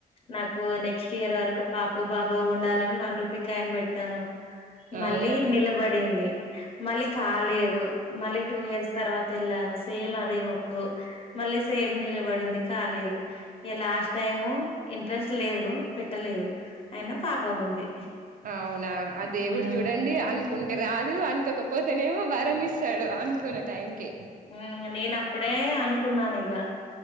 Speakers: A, on the left (about 35°); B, on the right (about 55°).
A: నాకు నెక్స్ట్ ఇయర్ వరకు పాప ఓ ఉండాలని బండ్రు ప్పి కా అయన్ పెట్టాను మళ్ళీ
B: అవునా
A: నిలబడింది మళ్ళీ కాలేదు మళ్ళీ టూ ఇయర్స్ తర్వాత వెళ్ళాను సేమ్ అదే ముక్కు మళ్ళీ సేమ్ నిీలబడింది కాలేదు ఇక లాస్ట్ టైము ఇంట్రెస్ట్ లేదు పెట్టలేదు అయినా పాప ఉంది
B: అవునా ఆ దేవుడు
A: ఉమ్
B: చూడండి అను కుంటే రాదు అని ఇకపోతేనేమో భారంమి ఇస్తాడు అనుకున్న టైంకి
A: హ నేనప్ప అప్పుడే అనుకున్నాను ఇగ